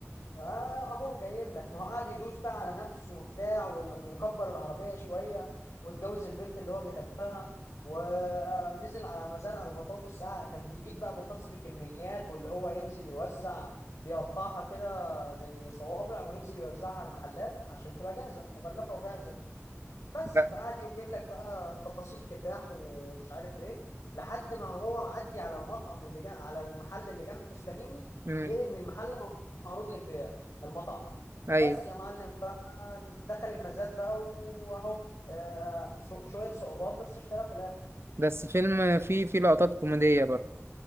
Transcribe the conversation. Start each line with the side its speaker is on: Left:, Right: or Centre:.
Left: آه، اهو جاي لك ما هو قاعد يدوس بقى على نفسه وبتاع وال- وكبر العربية شوية واتجوز البنت اللي هو بيحبها ونزل على مزارع البطاطس آه كان بيجيب بقى بطاطس بكميات واللي هو ينزل يوزع بيقطعها كده زي صوابع وينزل يوزعها على المحلات عشان تبقى جاهزة مغلفة وجاهزة بس
Right: لا
Left: فقعد يجيب لك بقى تفاصيل كفاح ومش عارف ايه لحد ما هو معدي على المطعم اللي جنب على المحل اللي جنب توسكانيني
Right: امم
Left: لقى ان المحل معروض للبيع المطعم
Right: ايوه
Left: بس يا معلم فدخل المزاد بقى واهو آه، شو- شوية صعوبات بس اشترى في الاخر
Right: بس فيلم فيه فيه لقطات كوميدية برضه